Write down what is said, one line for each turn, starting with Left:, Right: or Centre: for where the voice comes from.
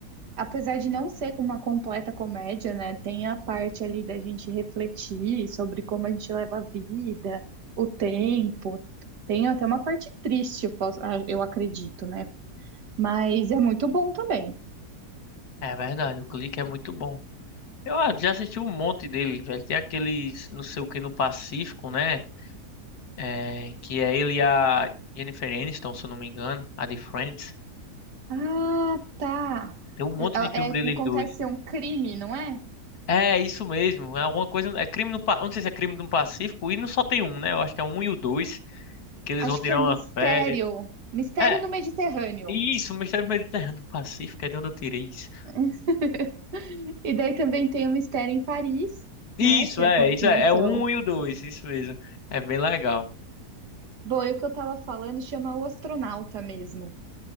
Right: Apesar de não ser uma completa comédia, né, tem a parte ali da gente refletir sobre como a gente leva a vida, o tempo. Tem até uma parte triste, eu posso- ah, eu acredito, né? Mas é muito bom também.
Left: É verdade, o clique é muito bom. Eu ah, já assisti um monte dele, velho. Tem aqueles, não sei o que, no Pacífico, né? É, que é ele e a Jennifer Aniston, se eu não me engano, a de Friends.
Right: Ah, tá.
Left: Tem um monte de filme
Right: É, é
Left: deles
Right: que acontece
Left: dois.
Right: um crime, não é?
Left: É, isso mesmo. É alguma coisa. É crime no. Pa- eu Não sei se é crime no Pacífico. E não só tem um, né? Eu acho que é um e o dois. Que eles
Right: Acho
Left: vão tirar
Right: que é Mistério.
Left: uma férias.
Right: Mistério
Left: É,
Right: no Mediterrâneo.
Left: isso. Mistério do Mediterrâneo do Pacífico. É de onde eu tirei isso.
Right: <laughs> E daí também tem o Mistério em Paris,
Left: Isso,
Right: né? Que
Left: é.
Right: é a continuação.
Left: Isso é. É o um e o dois. Isso mesmo. É bem legal.
Right: Bom, e o que eu tava falando chama O Astronauta mesmo.